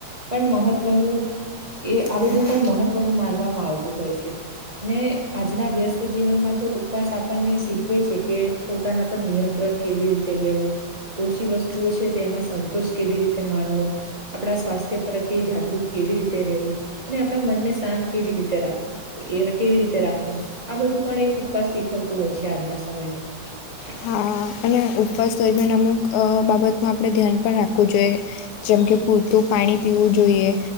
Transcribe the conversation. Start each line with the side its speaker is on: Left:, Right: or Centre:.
Right: પણ મહત્વનું એ આ બધું પણ મહત્વનું માનવામાં આવતું હોય છે. અને આજના વ્યસ્ત જીવનમાં તો ઉપવાસ આપણને શીખવે છે કે પોતાના પર નિયંત્રણ કેવી રીતે લેવું. ઓછી વસ્તુઓ છે તેમાં સંતોષ કેવી રીતે માનવો. આપડા સ્વાસ્થ્ય પ્રત્યે જાગૃત કેવી રીતે રેવું, અને આપણા મનને શાંત કેવી રીતે રાખવું. એર કેવી રીતે રાખવું. આ બધું પણ એક ઉપવાસ શીખવતું હોય છે આજના સમયમાં.
Left: હા અને ઉપવાસ દરમિયાન અમુક અ બાબતનું આપણે ધ્યાન પણ રાખવું જોઈએ. જેમ કે પૂરતું પાણી પીવું જોઈએ.